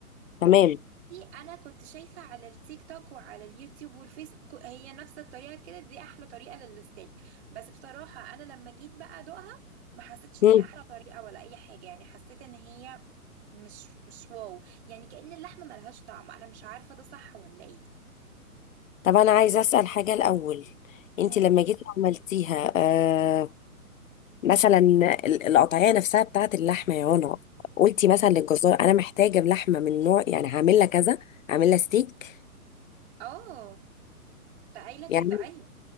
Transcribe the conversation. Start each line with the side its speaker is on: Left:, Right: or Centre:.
Left: تمام
Right: دي انا كنت شايفه على التيك توك وعلى اليوتيوب والفيس ك- هي نفس الطريقه كده دي احلى طريقه للستيك بس بصراحه انا لما جيت بقى ادوقها ما حسيتش ان
Left: مم.
Right: هي احلى طريقه ولا اي حاجه يعني حسيت ان هي مش مش واو يعني كأن اللحمه ملهاش طعم انا مش عارفه ده صح ولا ايه
Left: طب انا عايزه اسال حاجه الاول انت
Right: مم.
Left: لما جيتي عملتيها آه مثلا ال- القطعيه نفسها بتاعت اللحمه يا هنا قلتي مثلا للجزار انا محتاجه لحمه من نوع يعني هعمل لها كذا هعمل لها ستيك
Right: اه ده قايله
Left: يعني
Right: كده ايوه